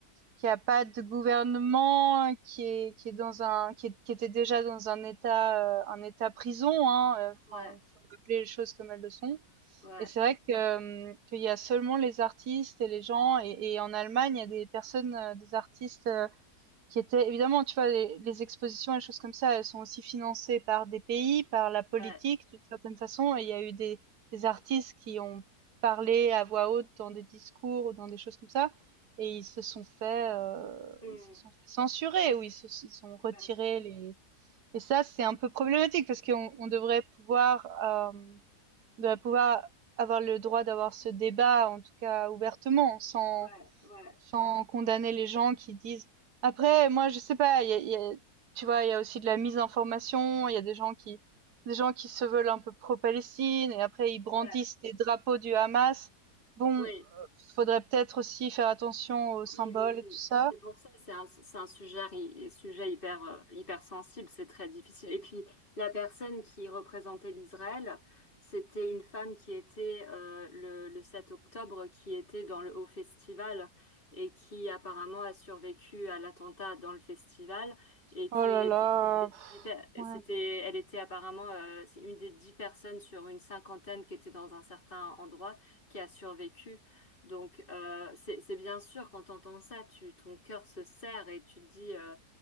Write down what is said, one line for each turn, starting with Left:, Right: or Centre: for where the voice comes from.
Right: qui a pas de gouvernement, qui est qui est dans un qui, est- qui était déjà dans un état euh, un état prison, hein. euh,
Left: Ouais.
Right: Enfin, faut rappeler les choses comme elles le sont.
Left: Ouais.
Right: Et c'est vrai que euh, qu'il y a seulement les artistes et les gens et, et en Allemagne il y a des personnes, euh, des artistes euh, qui étaient évidemment, tu vois, les, les expositions et les choses comme ça, elles sont aussi financées par des pays, par la politique
Left: Ouais.
Right: d'une certaine façon. Et il y a eu des, des artistes qui ont parlé à voix haute dans des discours ou dans des choses comme ça, et ils se sont fait, euh,
Left: Mm.
Right: ils se sont fait censurer ou ils se ils sont retirés
Left: Ouais.
Right: les. Et ça, c'est un peu problématique parce qu'on on devrait pouvoir, euh, on devrait pouvoir avoir le droit d'avoir ce débat, en tout cas ouvertement, sans
Left: Ouais. Ouais.
Right: sans condamner les gens qui disent. Après, moi, je sais pas, il y a, il y a- tu vois, il y a aussi de la misinformation, il y a des gens qui, des gens qui se veulent un peu pro-Palestine et après ils brandissent
Left: Ouais.
Right: des drapeaux du Hamas. Bon,
Left: Oui.
Right: euh, faudrait peut-être aussi faire attention aux symboles
Left: Oui, oui,
Right: et
Left: oui.
Right: tout ça.
Left: C'est pour ça, c'est un, c'est un sujet, hi- sujet hyper, euh, hyper sensible, c'est très difficile. Et puis, la personne qui représentait l'Israël, c'était une femme qui était euh, le, le 7 octobre, qui était dans le Haut Festival et qui apparemment a survécu à l'attentat dans le festival et qui
Right: Oh là
Left: était
Right: là,
Left: une des dix,
Right: pff,
Left: pe-
Right: ouais.
Left: c'était, elle était apparemment euh, c'est une des dix personnes sur une cinquantaine qui était dans un certain endroit qui a survécu donc, euh, c'est, c'est bien sûr, quand tu entends ça, tu, ton cœur se serre et tu te dis, euh,